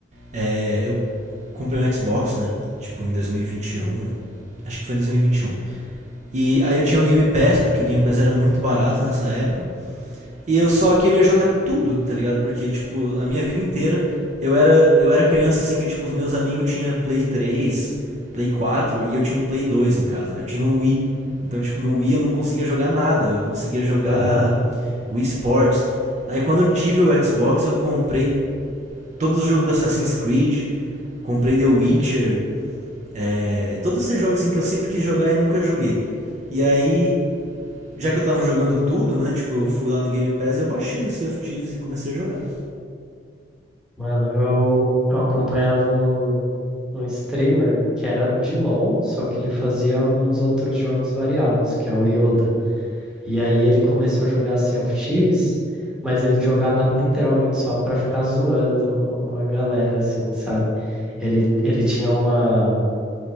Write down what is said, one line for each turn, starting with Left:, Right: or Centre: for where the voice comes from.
Right: é, eu comprei um Xbox, né? Tipo, em 2021. Acho que foi em 2021. E aí eu tinha o Game Pass, porque o Game Pass era muito barato nessa época. E eu só queria jogar tudo, tá ligado? Porque, tipo, a minha vida inteira eu era, eu era criança assim que, tipo, os meus amigos tinham Play 3, Play 4 e eu tinha um Play 2 em casa. Eu tinha um Wii. Então, tipo, no Wii eu não conseguia jogar nada. Eu conseguia jogar
Centre: Aham.
Right: Wii Sports. Aí quando eu tive o Xbox, eu comprei todos os jogos do Assassin's Creed, comprei The Witcher, é, todos esses jogos assim que eu sempre quis jogar e nunca joguei. E aí já que eu tava jogando tudo, né? Tipo, eu fui lá no Game Pass e eu baixei o Sea of Thieves e comecei a jogar.
Centre: Mano, eu, eu acompanhava um, um streamer que era de LoL, só que ele fazia alguns outros jogos variados, que é o Yoda. E aí ele começou a jogar Sea of Thieves, mas ele jogava literalmente só pra ficar zoando a galera, assim, sabe? Ele, ele tinha uma